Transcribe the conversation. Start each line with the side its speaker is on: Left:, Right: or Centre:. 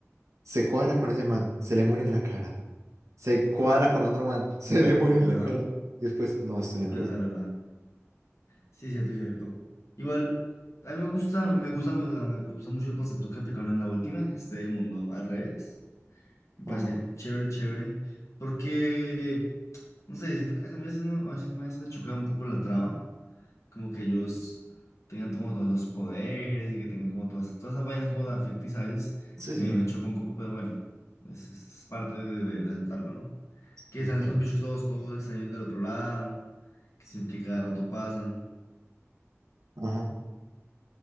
Right: se cuadra con ese man, se le muere en la cara. Se cuadra con otro man, <laughs> se le muere en
Left: ajá,
Right: la cara. Y después, no, estoy en
Left: es verdad,
Right: Rusia.
Left: es verdad. Sí, es cierto, es cierto. Igual, a mí me gusta, me gusta, me, me gusta mucho el concepto que aplicaron en la última, este del mundo al revés. Me
Right: Ajá,
Left: parece chévere, chévere, porque, no sé, siento que a veces, no, a veces me hace chocar un poco la trama, como que ellos tengan como todos esos poderes y que tengan como todas, todas esas vainas como tan ficticias, a veces
Right: sí, sí.
Left: me, me choca un poco, pero bueno. Es, es parte de, de- de aceptarlo, ¿no? Que
Right: Sí,
Left: están
Right: claro.
Left: estos bichos todos, todos extraños del otro lado, que, sí- que cada rato pasan.
Right: Ajá,